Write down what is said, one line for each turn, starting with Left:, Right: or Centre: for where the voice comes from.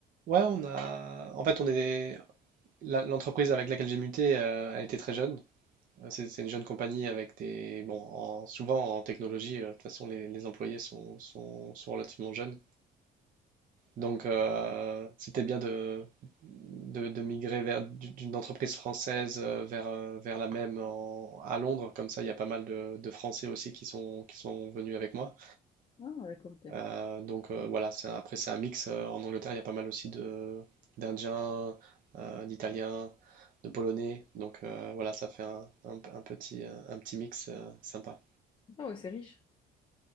Right: Ouais, on a. En fait, on est. la- L'entreprise avec laquelle j'ai muté euh, a été très jeune. Euh, C'est c'est une jeune compagnie avec des. Bon, en- souvent en technologie, euh, de toute façon, les, les employés sont, sont, sont relativement jeunes. Donc, euh, c'était bien de, de, de migrer vers du- d'une entreprise française euh, vers, euh, vers la même en- à Londres. Comme ça, il y a pas mal de, de Français aussi qui sont, qui sont venus avec moi.
Left: Ah, d'accord, ok.
Right: Euh, donc euh, voilà, c'est un- après, c'est un mix. Euh, En Angleterre, il y a pas mal aussi de, d'Indiens, euh, d'Italiens, de Polonais. Donc euh, voilà, ça fait un, un p- un petit, euh, un petit mix euh, sympa.
Left: Ah ouais, c'est riche.